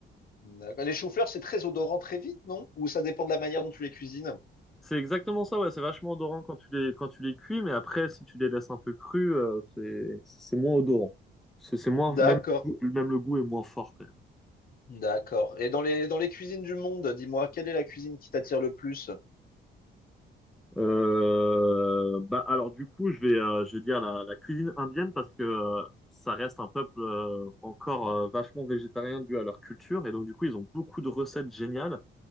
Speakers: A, on the left; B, in the centre.
A: D'accord. Les choux-fleurs, c'est très odorant très vite, non? Ou ça dépend de la manière dont tu les cuisines?
B: C'est exactement ça, ouais, c'est vachement odorant quand tu les quand tu les cuis, mais après si tu les laisses un peu crus, heu, c'est c'est moins odorant. C'est c'est moins
A: D'accord.
B: même même le goût est moins fort quand même.
A: D'accord. Et dans les, dans les cuisines du monde, dis-moi, quelle est la cuisine qui t'attire le plus?
B: Euh, bah alors du coup je vais euh, je vais dire la, la cuisine indienne parce que euh, ça reste un peuple euh, encore euh, vachement végétarien dû à leur culture et donc du coup ils ont beaucoup de recettes géniales